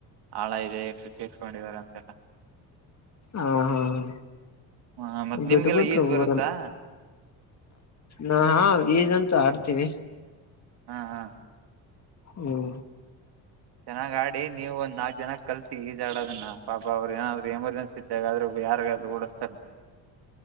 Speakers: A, on the right; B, on the left.
A: ಆಳ ಇದೆ <unintelligible> ಇದಾರಂತೆಲ್ಲಾ
B: ಆಹಾ-ಹ
A: ಹ ಮತ್ ನಿಮ್ಗೆಲ್ಲಾ
B: ಬಿಟ್ಬಿಟ್ರು
A: ಈಜ್ ಬರುತ್ತಾ
B: ಊರಲ್ಲಿ ನಾ-ವ್ ಈಜಂತು ಆಡ್ತೀವಿ
A: ಹಾ-ಹಾ
B: ಹೂಂ
A: ಚೆನ್ನಾಗಾಡ್ ಲೇ ನೀವೊಂದ್ ನಾಲ್ಕ್ ಜನಕ್ ಕಲ್ಸಿ ಈಜಾಡದನ್ನ ಪಾಪ ಅವ್ರು ಏನಾದ್ರು ಎಮರ್ಜೆನ್ಸಿ ಇದ್ದಾಗಾದ್ರು ಯಾರ್ಗಾದ್ರು ಉಳಸ್ತಾರೆ